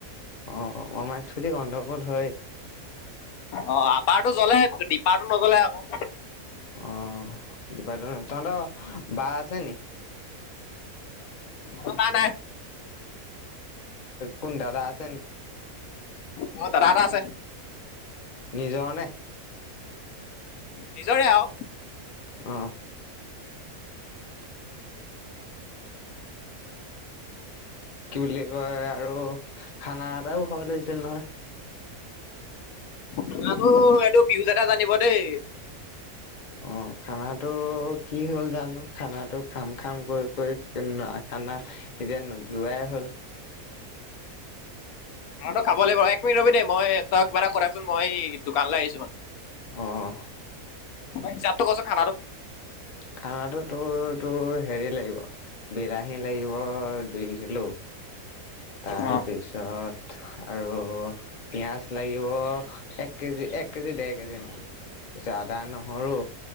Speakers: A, on the left; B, on the left.
A: অ মামাৰ স্কুটিত গণ্ডগোল হয়।
B: অ আপাৰটো জ্বলে ডিপাৰটো নজ্বলে আকৌ।
A: অ ডিপাৰটো, তহঁতৰ বা আছে নেকি?
B: অ বা নাই।
A: কোন দাদা আছে নেকি?
B: মোৰ দাদা এটা আছে।
A: নিজৰ নে?
B: নিজৰে আৰু।
A: অ। কি বুলি কয় আৰু খানা এটাও খাব লাগিছিল নহয়।
B: খানা টো পীয়ুজ দাদা জানিব দেই।
A: অ খানাটো কি হ'ল জানো খানা খাম খাম কৰি কৰি খানা এতিয়া নুধুৱাই হ'ল।
B: অ তোক খাব লাগিব এক মিনিট ৰ'বি দেই মই তই কিবা এটা কৈ থাকচোন মই দোকানলৈ আহিছো মানে।
A: অঁ।
B: হিচাপ টো কচোন খানাটো
A: খানাটো তোৰ তোৰ হেৰি লাগিব বিলাহী লাগিব দুই কিলো তাৰপিছত
B: অ
A: আৰু। পিয়াজ লাগিব এক কেজি এক কেজি ডেৰ কেজি। পিছে আদা নহৰু।